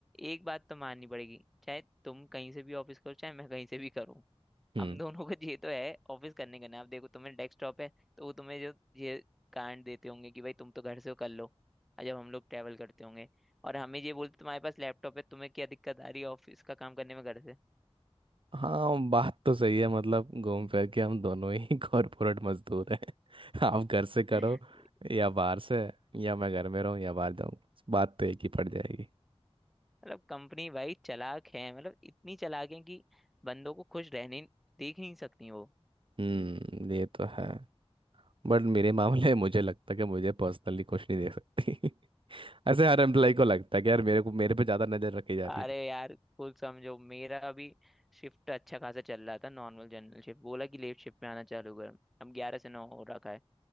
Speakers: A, in the centre; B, on the right.
A: एक बात तो माननी पड़ेगी चाहे तुम कहीं से भी ऑफिस करो चाहे मैं कहीं से भी करूँ
B: हम्म
A: हम दोनों को <laughs> ये तो है ऑफिस करने का ना अब देखो तुम्हें डेस्कटॉप है तो वो तुम्हें जो ये कांड देते होंगे कि भाई तुम तो घर से हो, कर लो और जब हम लोग ट्रैवल करते होंगे और हमें ये बोलते तुम्हारे पास लैपटॉप है तुम्हें क्या दिक्कत आ रही है ऑफिस का काम करने में घर से
B: हाँ बात तो सही है मतलब घूम फिर के हम दोनों ही <laughs> कॉरपोरेट मजदूर हैं <laughs> आप घर से करो
A: <laughs>
B: या बाहर से या मैं घर में रहूँ या बाहर जाऊँ बात तो एक ही पड़ जाएगी
A: मतलब कंपनी भाई चालाक है मतलब इतनी चालाक है कि बंदों को खुश रहने देख नहीं सकती वो
B: हम्म ये तो है बट मेरे मामले में मुझे लगता है कि मुझे पर्सनली कुछ नहीं दे सकती <laughs> ऐसे हर एम्प्लॉय को लगता है कि यार मेरे को मेरे पे ज्यादा नजर रखी जा रही
A: अरे
B: है
A: यार कुल समझो मेरा अभी शिफ्ट अच्छा खासा चल रहा था नॉर्मल जनरल शिफ्ट बोला कि लेट शिफ्ट में आना चालू कर अब ग्यारह से नौ हो रखा है